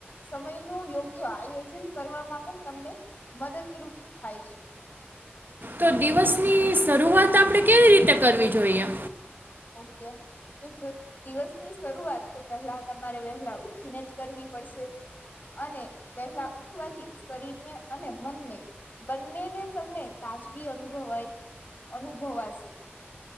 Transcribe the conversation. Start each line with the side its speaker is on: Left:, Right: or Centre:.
Left: સમયનું યોગ આયોજન કરવામાં પણ તમને મદદરૂપ થાય છે.
Right: તો દિવસની શરૂઆત આપણેે કેવી રીતે કરવી જોઈએ.
Left: ઓકે તો જો દિવસ ની શરૂઆત તો પેલા તમારે પેલા ઉઠી ને જ કરવી પડશે. અને વહેલા ઉઠવાથી શરીરને અને મનને બંનેને તમને તાજગી અનુભવાઈ અનુભવાશે.